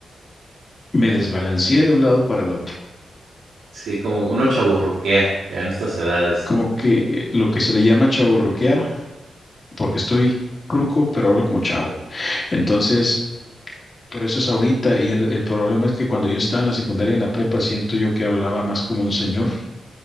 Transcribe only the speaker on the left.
me desbalanceé de un lado para el otro.
Como que lo que se le llama chaburruquear, porque estoy ruco, pero hablo como chavo. Entonces, pero eso es ahorita y el, el problema es que cuando yo estaba en la secundaria, en la prepa, siento yo que hablaba más como un señor